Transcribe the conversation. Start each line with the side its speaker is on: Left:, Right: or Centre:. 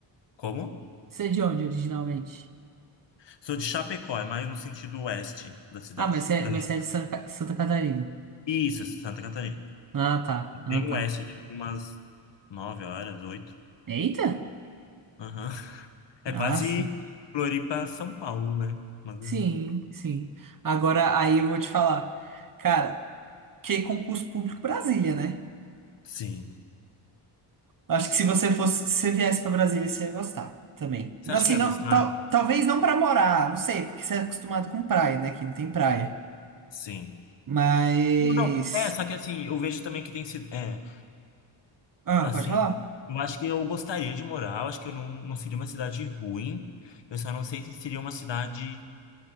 Left: Como?
Right: Você é de onde originalmente?
Left: Sou de Chapecó, é mais no sentido oeste da cidade.
Right: Ah, mas você é,
Left: Daí.
Right: mas você é de San- Santa Catarina.
Left: Isso, Santa Catarina.
Right: Ah, tá. Ah,
Left: Bem
Right: tá.
Left: oeste, é tipo umas nove horas, oito.
Right: Eita!
Left: Aham. É quase
Right: Ah, sim.
Left: Floripa, São Paulo, né? Mas,
Right: Sim,
Left: é,
Right: sim. Agora aí eu vou te falar. Cara, que concurso público Brasília, né?
Left: sim.
Right: Acho que se você fosse, se você viesse pra Brasília, você ia gostar também.
Left: Você
Right: Assim,
Left: acha que eu ia
Right: não,
Left: gostar?
Right: tal, talvez não pra morar, não sei, porque você é acostumado com praia, né? Aqui não tem praia.
Left: Sim.
Right: Mas.
Left: Não, não. É, só que assim, eu vejo também que tem sido. É,
Right: Ah,
Left: assim,
Right: pode falar?
Left: eu acho que eu gostaria de morar, eu acho que eu não, não seria uma cidade ruim. Eu só não sei se seria uma cidade